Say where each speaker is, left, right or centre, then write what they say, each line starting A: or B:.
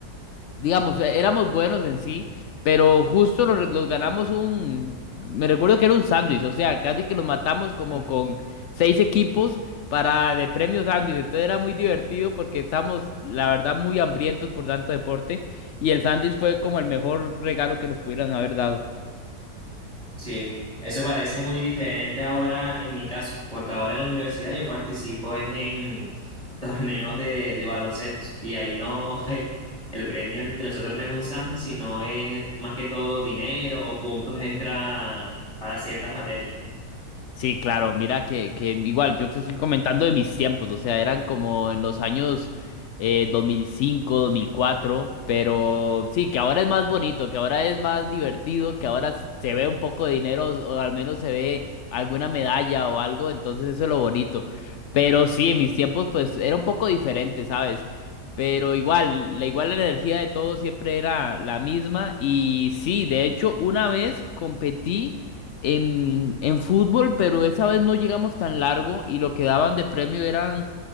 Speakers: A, on the left; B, on the left.
A: digamos, eh, éramos buenos en sí, pero justo los, los ganamos un, me recuerdo que era un sándwich, o sea, casi que los matamos como
B: Mm.
A: con seis equipos para de premio sándwich, entonces era muy divertido porque estábamos, la verdad, muy hambrientos por tanto deporte, y el sándwich fue como el mejor regalo que nos pudieran haber dado.
B: Sí, eso parece muy diferente ahora en mi caso, porque ahora en la universidad yo participo es en <laughs> torneos de, de baloncesto y ahí no, <laughs> el premio de nosotros no es un sándwich, sino es más que todo dinero o puntos extra para ciertas materias.
A: Sí, claro, mira que, que igual yo te estoy comentando de mis tiempos, o sea, eran como en los años eh, 2005, 2004. pero sí, que ahora es más bonito, que ahora es más divertido, que ahora s- se ve un poco de dinero o al menos se ve alguna medalla o algo, entonces eso es lo bonito. Pero sí, en mis tiempos pues era un poco diferente, ¿sabes? Pero igual, la igual la energía de todos siempre era la misma y sí, de hecho, una vez competí en, en fútbol, pero esa vez no llegamos tan largo y lo que daban de premio eran